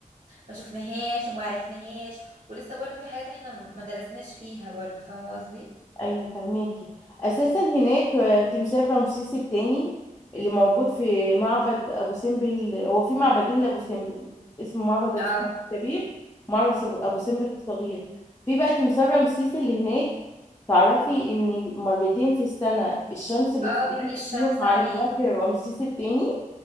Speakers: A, on the right; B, on the left.
A: ما شفناهاش وما عرفناهاش ولسه برضو في حاجات احنا ما درسناش فيها برضو فاهمة قصدي
B: ايوه فهماكي اساسا هناك آه، تمثال رمسيس الثاني اللي موجود في معبد ابو سمبل هو في معبدين لابو سمبل اسمه معبد ابو
A: اه
B: سمبل الكبير ومعبد سبو- ابو سمبل الصغير في بقى تمثال رمسيس اللي هناك تعرفي ان مرتين في السنة الشمس بتتسلق
A: اه بيجي الشمس
B: فيهم على
A: عليه
B: وجه رمسيس الثاني